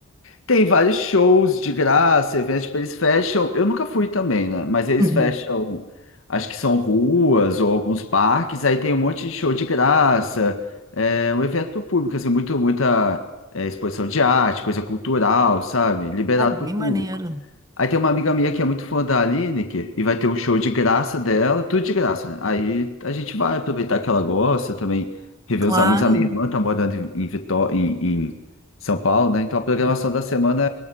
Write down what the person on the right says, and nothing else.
Uhum.
Pô, bem
maneiro.
Claro.